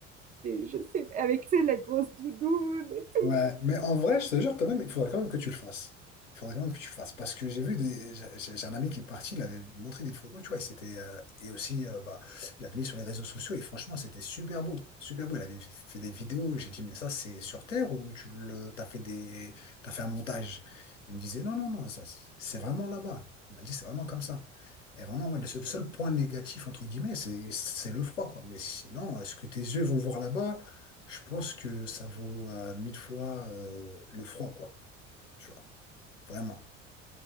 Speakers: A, on the right (about 25°); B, on the left (about 80°).
A: Et je sais, avec, tu sais, la grosse doudoune et tout.
B: Ouais, mais en vrai, je te jure quand même, il faudrait quand même que tu le fasses. Il faudrait quand même que tu le fasses. Parce que j'ai vu des. J'ai j'ai un ami qui est parti, il avait montré des photos, tu vois, et c'était. euh, et aussi, euh, bah, il l'avait mis sur les réseaux sociaux, et franchement, c'était super beau. Super beau. Il avait fait des vidéos, et j'ai dit, mais ça, c'est sur Terre ou tu le, t'as fait des, t'as fait un montage? Il me disait, non, non, non, ça, c'est vraiment là-bas. Il m'a dit, c'est vraiment comme ça. Et vraiment, ouais, le seul, le seul point négatif, entre guillemets, c'est c'est le froid, quoi. Mais sinon, est-ce que tes yeux vont voir là-bas? Je pense que ça vaut euh, mille fois euh, le froid, quoi. Tu vois, vraiment.